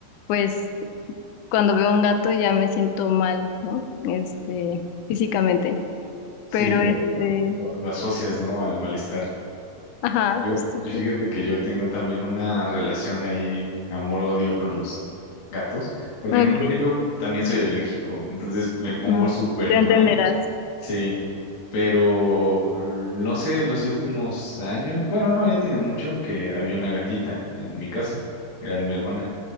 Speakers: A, on the left; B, on the left.
A: pues cuando veo un gato ya me siento mal, ¿no? Este, físicamente.
B: Sí,
A: Pero
B: lo,
A: este,
B: lo, lo, lo asocias, ¿no? Al malestar.
A: ajá,
B: Yo,
A: sí,
B: yo fíjate
A: sí.
B: que yo tengo también una relación ahí, amor-odio con los gatos, porque
A: Ok,
B: en un principio también soy alérgico, entonces me pongo
A: mm,
B: súper
A: te
B: mal,
A: entenderás.
B: sí, pero no sé, los últimos años, bueno, no, ya tiene mucho que había una gatita en mi casa, era de mi hermana.